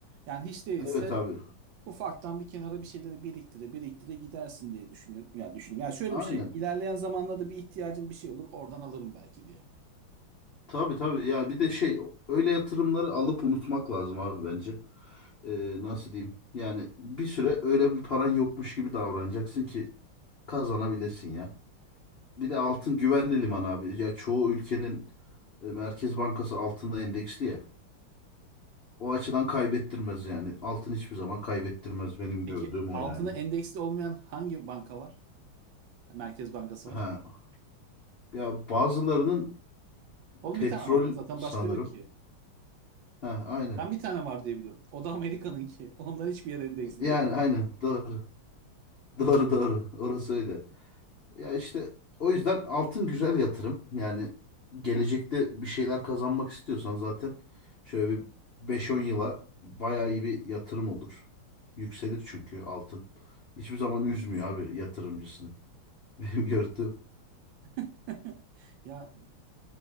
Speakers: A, on the right; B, on the left.
A: Yani hiç değilse
B: Evet abi.
A: ufaktan bir kenara bir şeyleri biriktire biriktire gidersin diye düşünüyorum. Yani düşünüyorum. Yani şöyle
B: Aynen.
A: bir şey. İlerleyen zamanlarda bir ihtiyacım bir şey olur. Oradan alırım belki diye.
B: Tabii tabii ya bir de şey öyle yatırımları alıp unutmak lazım abi bence. Ee, nasıl diyeyim? Yani bir süre öyle bir paran yokmuş gibi davranacaksın ki kazanabilesin ya. Bir de altın güvenli liman abi. Ya çoğu ülkenin e, Merkez Bankası altına endeksli ya. O açıdan kaybettirmez yani. Altın hiçbir zaman kaybettirmez benim
A: Peki
B: gördüğüm
A: altına
B: o yani.
A: endeksli olmayan hangi banka var? Merkez Bankası
B: Ha
A: var.
B: ya bazılarının
A: Oğlum
B: petrol
A: bir tane var da zaten
B: sanırım.
A: başka yok ki.
B: Ha aynen.
A: Ben bir tane var diye biliyorum. O da Amerika'nınki. Ondan hiçbir yer endeksli
B: Yani
A: değil.
B: aynen doğru. <laughs> Doğru doğru. Orası öyle. Ya işte o yüzden altın güzel yatırım. Yani gelecekte bir şeyler kazanmak istiyorsan zaten şöyle bir beş on yıla bayağı iyi bir yatırım olur. Yükselir çünkü altın. Hiçbir zaman üzmüyor abi yatırımcısını. <laughs> Benim gördüğüm.
A: <laughs> Ya